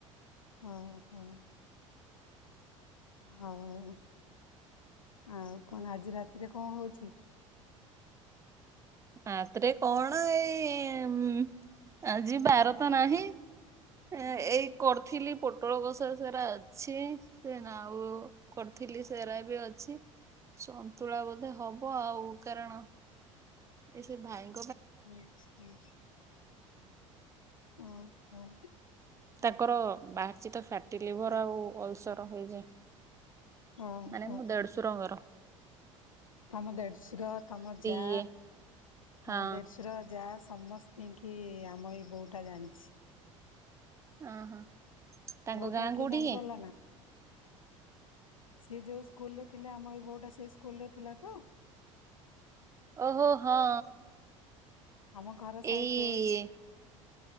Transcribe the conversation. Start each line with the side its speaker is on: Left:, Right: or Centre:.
Left: ହୁଁ ହୁଁ। ହଉ ଆଉ କଣ ଆଜି ରାତିରେ କଣ ହୋଉଛି?
Right: ରାତିରେ କଣ ଏଇ ଉଁ, ଆଜି ବାର ତ ନାହିଁ। ଏ ଏଇ କରିଥିଲି ପୋଟ୍ ପୋଟଳ କଷା ସେରା ଅଛି ସେ ନାଉ କରିଥିଲି ସେରା ବି ଅଛି ସନ୍ତୁଳା ବୋଧେ ହବ ଆଉ କାରଣ ଏ ସେ ଭାଇ
Left: ହୁଁ ହୁଁ ଉଁ ଉଁ
Right: ତାଙ୍କର ବାହାରିଚ୍ ତ ଫ୍ୟାଟ ଲିଭର ଆଉ ଅଲସର ହେଇଯାଏ।
Left: ଓହୋ
Right: ମାନେ ମୁଁ ଦେଢସୁର ଙ୍କର।
Left: ତମ ଦେଢଶୁର ତମ ଯା
Right: ଇଏ ହଁ
Left: ତମ ଦେଢଶୁର ଯା ସ ସମସ୍ତିଙ୍କି ଆମ ଏଇ ବୋହୁ ଟା ଜାଣିଛି।
Right: ଓହୋ। ତାଙ୍କ
Left: ବୋଉଟା
Right: ଗାଁ
Left: କିଏ
Right: କୋଉଠି
Left: ଜାଣିପାରିଲ
Right: କି?
Left: ନାଁ ସିଏ ଯୋଉ ସ୍କୁଲ ଥିଲେ ଆମ ଏଇ ବୋଉଟା ସେଇ ସ୍କୁଲ ରେ ଥିଲା ତ।
Right: ଓହୋ ହଁ।
Left: ଆମ ଘର ସାଇଡ
Right: ଏଇ
Left: ରେ